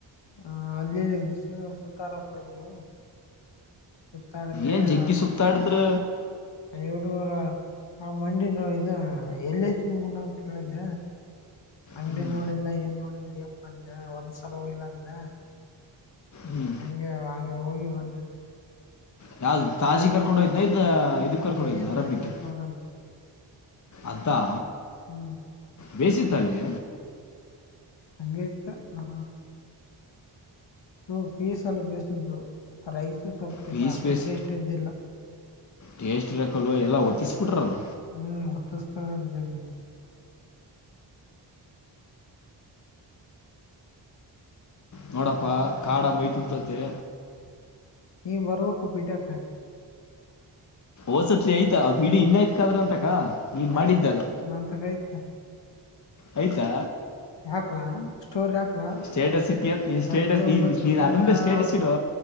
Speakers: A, on the left; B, on the left.
A: ಹಾಂ ಅಲ್ಲಿ ಸು ಸುತ್ತಾಡಕ್ ಹಯ್ದು ಸುತ್ತಾಡದೆ
B: ಏನ್ ಜಗ್ಗಿ
A: ಅ
B: ಸುತ್ತಾಡಿದ್ರ
A: <unintelligible> ಆ ಮಂಡಿ ನೋವ್ ಇದ ಯಲಾಯಿತ್ಲೆ ಮನು ಅನ್ ಕೇಳಿದ್ದ ಅಂಗಡಿ
B: ಹ್ಮ್
A: ನೋಡಿಲ್ಲ ಏನ್ ನೋಡಿಲ್ಪ್ಪ ಅಂದ ಒಂದ್ಸಲ ಹೋಗಿಲ್ಲ ಅಂದ
B: ಹ್ಮ್
A: ಹಂಗೆವ ಅಂಗೆ ಹೋಗಿ ಬಂದೆ
B: ತಾಜ್ ತಾಜ್ ಕರ್ಕೊಂಡು ಹೋಯಿದ್ನ ಇದ ಇದಕ್ ಕರ್ಕೊಂಡೋ
A: ಕೆ
B: ಹೋಯಿದ್ನ ಅರಬ್ಬಿಕ್ಗೆ
A: ತರ್ಟಿ ಫೋರ್ ಅಂತ
B: ಅದಾ...
A: ಹ್ಮ್
B: ಬೇಯಿಸಿತ ಅಲ್ಲಿ
A: ಹಂಗೆ ಇತ್ತು ನಾ ಹು ಪೀಸ್ ಎಲ್ಲ ಬೇಯಿಸಿದ್ದು ರೈಸ್ ಚೂರ್ ಸ್ವಲ್ಪ
B: ಪೀಸ್
A: ಇದೆ ಅಷ್ಟು
B: ಬೇಸಿ
A: ಟೇಸ್ಟ್ ಇದ್ದಿಲ್ಲ
B: ಟೇಸ್ಟ್ ಇರಕಲೂ ಎಲ್ಲ ಒತ್ತಿಸ್ಬಿಟ್ರಲ್ಲ
A: ಹ್ಮ್ ಹೊತ್ತಿಸ್ತರ ಅಲ್ ಜಾಗ್ಗಿ
B: ನೋಡಪ್ಪಾ ಕಾಡ ಮೈ ತುಂಬ್ತಯಿತೇ
A: ನೀ ಬರ್ಬೇಕು ಪಿಟೀಯಕ್ಕೆ
B: ಓಸತ್ಲಿ ಆಯ್ತಾ ಆ ಬಿಡಿ ಇನ್ನಯ್ತ್ ಕಾದ್ರ ಅಂತಕ ನೀನ್
A: ನಂತ
B: ಮಾಡಿದ್ದಲ್ಲ
A: ನಂತ ಗಾಯ್ತ
B: ಆಯ್ತಾ
A: ಹಾ ಸ್ಟೋರಿ ಹಾಕ್ಲ
B: ಸ್ಟೇಟಸ್ ಇಟ್ಟಿ ಅಂತ ನೀನ್
A: ಲಡ್ಡುೂ
B: ಸ್ಟೇಟಸ್ ನೀನ್
A: ಮುುತ್ತ
B: ನೀನ್ ಅದೊಂದೇ ಸ್ಟೇಟಸ್
A: ಔತ
B: ಇಡು